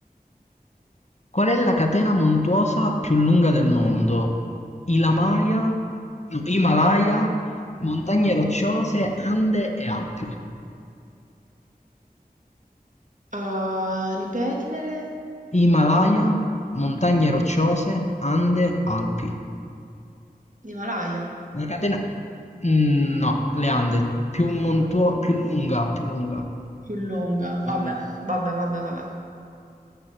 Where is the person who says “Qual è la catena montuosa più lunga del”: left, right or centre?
Left